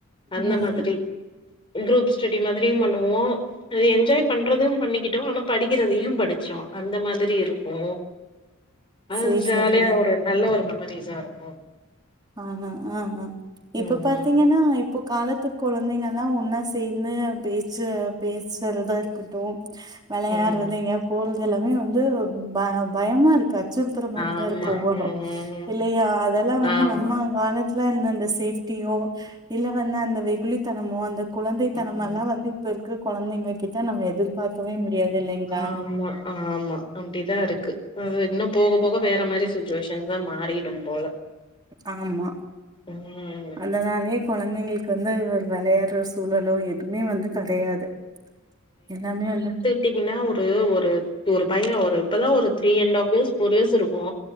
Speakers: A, on the left; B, on the right.
A: அந்த
B: ம்
A: மாதிரி குரூப் ஸ்டடி மாதிரியு பண்ணுவோ இது என்ஜாய் பண்றது பண்ணிக்கிட்டோ ஆனா படிக்கிறதையு படிச்சோ அந்த மாதிரி இருப்போ அ
B: சேர்
A: ஜாலியா
B: சேரிங்க
A: ஒரு நல்ல ஒரு மெமரிஸ் ஆ இருக்கு
B: ஆமா ஆ மேம் இப்ப
A: ம்
B: பாத்தீங்கனா ப்ப காலத்து கொழந்தைங்கல்லா ஒன்னா சேந்து பேச்சு பேசறதா இருக்கட்டு விளையாட்றது
A: ம்
B: எங்கயாது போறது எல்லாமே வந்து ப பயமா இருக்கா அச்சுறுத்துற மாரிதா
A: ஆமா
B: இருக்கு ஒவ்வொன்னு
A: ம்
B: இல்லையா அதெல்லா வந்து
A: ஆமா
B: நம் ப காலத்துல இருந்த அந்த சேப்டியோ இல்ல வந்த அந்த வெகுளித்தனமோ அந்த குழந்தைத்தனமெல்லா
A: ம்
B: வந்து இப்ப இருக்கிற கொழந்தைங்க கிட்ட நம்ம எதிர்பாக்கவே முடியாது இல்லைங்களா
A: ஆமா ஆமா அப்டிதா இருக்கு அது இன்னு போக போக வேற மாரி சுச்சுவேஷன் தா மாரி ரும் போல
B: ஆமா
A: ம்
B: அந்தனாலயே கொழந்தைங்களுக்கு வந்து ஒரு விளையாட்ற சூழலோ எதுமே வந்து கெடையாது எல்லாமே வந்து
A: பாட்டிங்கனா ஒரு ஒரு ஒரு பைய ஒரு இப்பதா ஒரு three and half years four years இருக்கு